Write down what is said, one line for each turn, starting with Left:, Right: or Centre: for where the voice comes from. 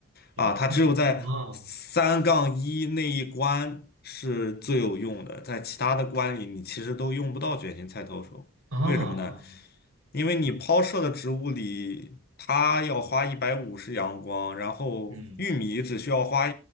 Right: 原因都是哦
Left: 啊，它只有在三杠一那一关是最有用的，在其他的关里你其实都用不到卷心菜投手，
Right: 哦哦，
Left: 为什么呢？因为你抛射的植物里，
Right: 嗯
Left: 它要花一百五十阳光，然后玉米只需要花
Right: 嗯，